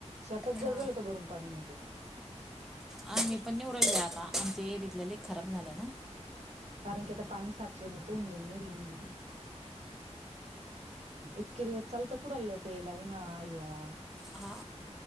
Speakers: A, on the right (about 70°); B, in the centre.
A: शेतात
B: हा
A: जर गेलो तर गरम पाणी नेतो.
B: आ मी पण निववरले <unintelligible> आता आम ते एरथलंली खराब झालं ना.
A: कारण की आता पाणी साचवनीच होऊन जाईल विहिरीमधी. इतके दिवस चालतं कुडाल प्यायला उन्हाळा, हिवाळा.
B: हा.